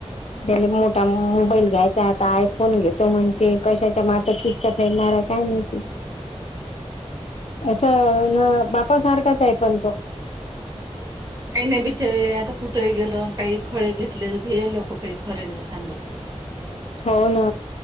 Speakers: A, on the left; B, on the right.
A: त्याला मोठा मोबाईल घ्यायचा. आय फोन घेतो म्हण ते कशाच्या मात खिस्त फेरणार आहे काय नाहीती. असं ना बाप सारखाच आहे पण तो.
B: काही नाही बिचारीे आता कुठेही गेलं काही खळे घेतले हे लोक काही खरे नाही सांगत.
A: हो ना.